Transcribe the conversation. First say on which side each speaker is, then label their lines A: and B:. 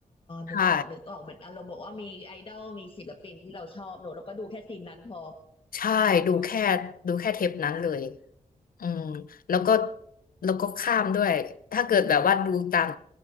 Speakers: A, on the left; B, on the left.
A: ใช่
B: นึกออกนึกออกเหมือนอารมณ์บอกว่ามีไอดอลมีศิลปินที่เราชอบเนอะแล้วก็ดูแค่ซีนนั้นพอ
A: ใช่ดูแค่ดูแค่เทปนั้นเลย
B: เนาะ
A: อืมแล้วก็แล้วก็ข้ามด้วยถ้าเกิดแบบว่าดูตาม